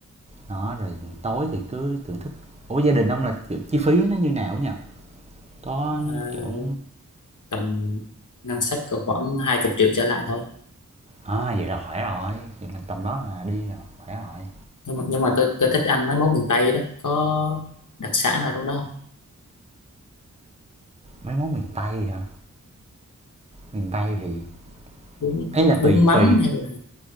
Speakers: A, on the right; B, on the left.
A: đó rồi tối thì cứ thưởng thức ủa gia đình ông là kiểu chi phí nó như nào á có
B: à,
A: kiểu
B: tầm ngân sách cỡ khoảng 20 triệu trở lại thôi
A: à vậy là khỏe rồi vậy là tầm đó là đi là khỏe rồi
B: nhưng mà, nhưng mà tôi tôi thích ăn mấy món miền Tây đó có đặc sản nào trong đó không
A: mấy món miền tây hả miền Tây thì
B: bún
A: ấy là tùy
B: bún mắm
A: tùy
B: hay là